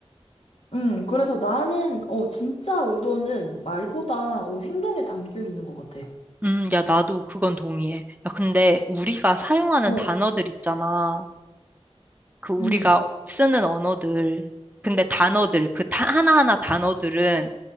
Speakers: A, on the left; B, on the right.
A: 음, 그래서 나는, 어, 진짜 의도는 말보다, 어, 행동에 담겨 있는 것 같아.
B: 음, 야, 나도 그건 동의해. 야, 근데 우리가 사용하는
A: 어,
B: 단어들 있잖아. 그 우리가
A: 음,
B: 쓰는 언어들. 근데 단어들, 그 다- 하나하나 단어들은